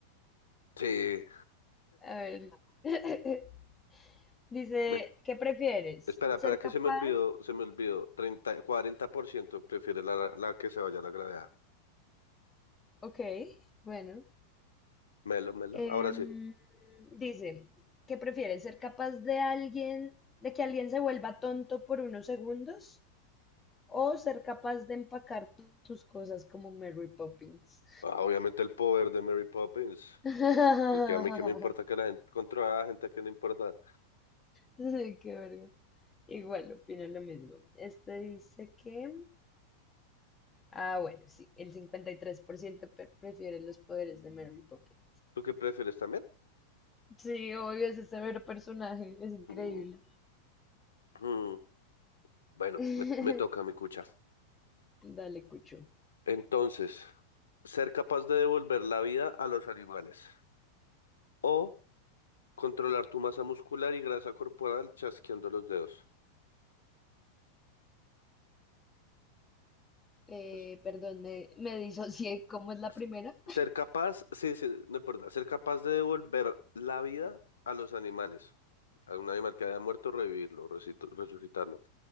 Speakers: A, on the left; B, on the left.
A: Sí.
B: A ver. <laughs> Dice,
A: Me-
B: ¿qué prefieres?
A: espera, espera,
B: ¿Ser
A: que
B: capaz?
A: se me olvidó, se me olvidó. Treinta, cuarenta por ciento prefiere la, la que se vaya a la gravedad.
B: Ok, bueno.
A: Melo, melo.
B: Em,
A: Ahora sí.
B: dice, ¿qué prefieres? ¿Ser capaz de alguien, de que alguien se vuelva tonto por unos segundos? ¿O ser capaz de empacar tu- tus cosas como Mary Poppins?
A: Ah, Obviamente el poder de Mary Poppins.
B: <laughs>
A: R- r- Que a mí que me importa que la gente controla a la gente que no importa.
B: Sí, qué verga. Igual, opino lo mismo. Este dice que... Ah, bueno, sí, el 53% pre- prefiere los poderes de Mary Poppins.
A: ¿Tú qué prefieres también?
B: Sí, obvio, ese severo personaje, es increíble.
A: Mm, mm. Bueno,
B: <laughs>
A: me, me toca mi cucha.
B: Dale, Cucho.
A: Entonces, ser capaz de devolver la vida a los animales o controlar tu masa muscular y grasa corporal chasqueando los dedos.
B: Eh,
A: Es-
B: perdón, me, me disocié. ¿Cómo es la
A: es-
B: primera?
A: Ser capaz, sí, sí, no importa, ser capaz de devolver la vida a los animales, a un animal que haya muerto, revivirlo, resucit- resucitarlo.